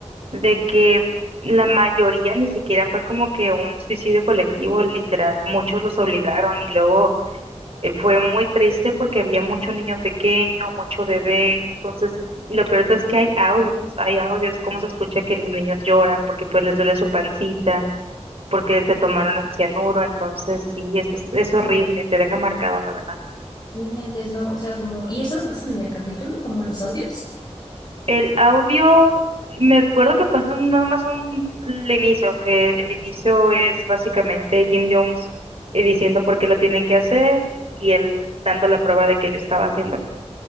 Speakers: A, on the right (about 55°); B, on the left (about 35°).
A: de que la mayoría ni siquiera fue como que un suicidio colectivo, literal, muchos los obligaron y luego eh, Fue muy triste porque había mucho niño pequeño, mucho bebé, entonces lo peor es que hay audios, hay audios, cómo se escucha que los niños lloran porque pues les duele su pancita, porque se tomaron el cianuro, entonces sí, es, es, es horrible, te deja marcado la verdad.
B: Entonces, no, o sea, como, y eso lo pasan en el capítulo, como los audios.
A: El audio, me acuerdo que pasó nada más un, el inicio, que el inicio es básicamente Jim Jones eh, diciendo por qué lo tienen que hacer y, y él dando la prueba de que él estaba haciéndolo.